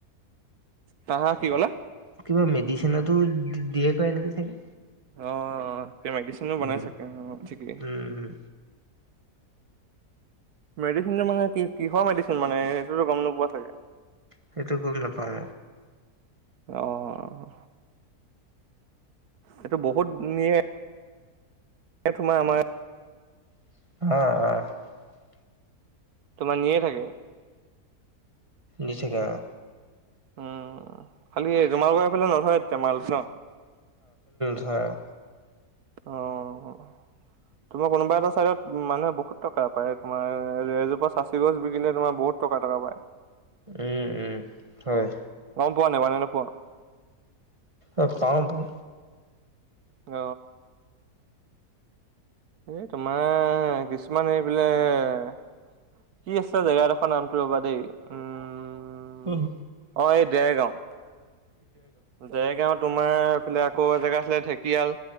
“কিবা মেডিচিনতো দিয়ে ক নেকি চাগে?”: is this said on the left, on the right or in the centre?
Right